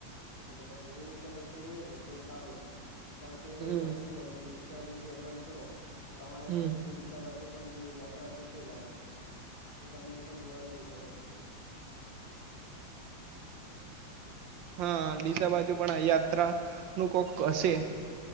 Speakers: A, on the left; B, on the right.
A: એટલે કદાચ એવું કદાચ કર્યું હોત ને તો સારું હતું. કારણ કે
B: હમ
A: તમે જો ડીસાથી અપડાઉન કરો તો તમારે
B: હમ
A: પણ જે બા બાજુ પણ જે યાત્રા તો છે જ આજે તો તમે એ પણ જોવા જઈ શકો.
B: હા ડીસા બાજુ પણ આ યાત્રા નું કોક હશે.